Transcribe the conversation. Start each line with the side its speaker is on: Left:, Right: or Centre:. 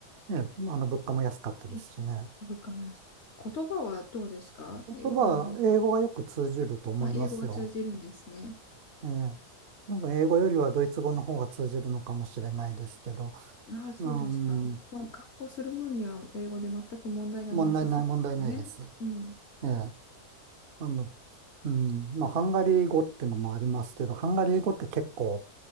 Right: ね、あの、物価も安かったですしね。
Left: えわかります。言葉はどうですかねあの、
Right: 言葉、英語がよく通じると思いますよ。
Left: あ、英語が通じるんですね。
Right: ええ。多分英語よりはドイツ語の方が通じるのかもしれないですけど、
Left: ああ、そうですか。
Right: うん、
Left: まあ、観光する分には英語で全く問題がなさそうですね。
Right: 問題ない、問題ないです。
Left: うん。
Right: ええ。あの、うん、まあ、ハンガリー語ってのもありますけど、ハンガリー語って結構、